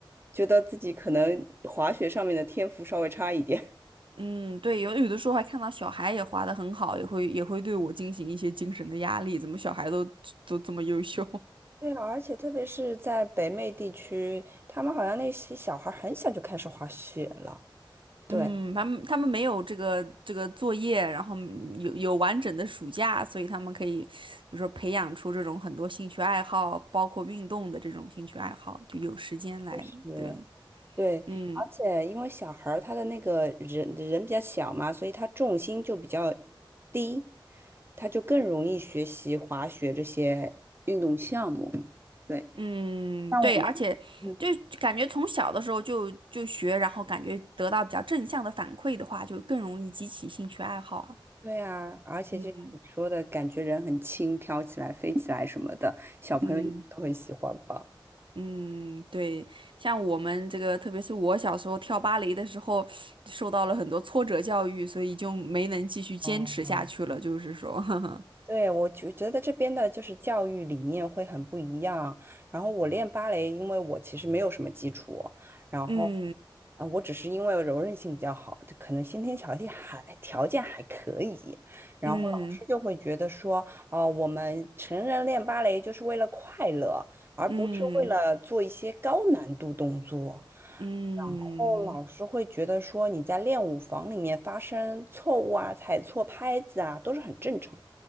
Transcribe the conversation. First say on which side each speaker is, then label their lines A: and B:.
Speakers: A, on the right; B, on the right.
A: 觉得自己可能滑雪上面的天赋稍微差一点。
B: 嗯，对，有有的时候还看到小孩也滑的很好，也会也会对我进行一些精神的压力，怎么小孩都都这么优秀？
A: 对啊，而且特别是在北美地区，他们好像那些小孩儿很小就开始滑雪了。对，
B: 嗯，他们他们没有这个这个作业，然后有有完整的暑假，所以他们可以，就说培养出这种很多兴趣爱好，包括运动的这种兴趣爱好，就有时间来，
A: 就是
B: 对，
A: 对，
B: 嗯
A: 而且因为小孩儿他的那个人人比较小嘛，所以他重心就比较低，他就更容易学习滑雪这些运动项目。对，
B: 嗯，
A: 像我们，
B: 对，而且就感觉从小的时候就就学，
A: 嗯，
B: 然后感觉得到比较正向的反馈的话，就更容易激起兴趣爱好啊，
A: 对啊，而且就像你说的，
B: 嗯
A: 感觉人很轻，飘起来、飞起来什么的，小朋友都很喜欢吧。
B: 嗯。嗯，对，像我们这个，特别是我小时候跳芭蕾的时候，受到了很多挫折教育，所以就没能继续坚持下去了。
A: 哦
B: 就是说，<laughs>
A: 对，我就觉得这边的就是教育理念会很不一样。然后我练芭蕾，因为我其实没有什么基础，然后，
B: 嗯
A: 啊、我只是因为柔韧性比较好，就可能先天条件还条件还可以。然后老师就会觉得说，
B: 嗯
A: 哦、我们成人练芭蕾就是为了快乐，而不是为了做一些高难度动作。
B: 嗯嗯
A: 后老师会觉得说你在练舞房里面发生错误啊、踩错拍子啊，都是很正常。